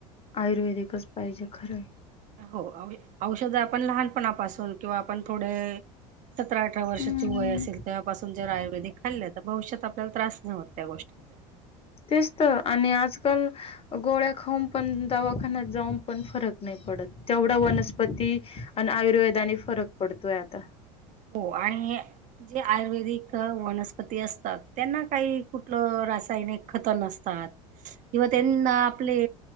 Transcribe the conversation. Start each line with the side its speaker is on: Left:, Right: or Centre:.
Left: आयुर्वेदिकच पाहिजे खरं.
Right: हो औषध आपण लहानपणापासून किंवा आपण थोडे... सतरा अठरा वर्षाची
Left: हम्म
Right: वय असेल तेव्हापासून जे रा.. खाल्ल्या तर भविष्यात आपल्याला त्रास न होत त्या गोष्टींचा.
Left: तेच तर आणि आजकाल गोळ्या खाऊन पण दवाखान्यात जाऊन पण फरक नाही. पडत तेवढा वनस्पती आणि आयुर्वेदाने फरक पडतोय आता.
Right: हो आणि जे आयुर्वेदिक वनस्पती असतात त्यांना काही... कुठलं रासायनिक खत नसतात किंवा त्यांना आपले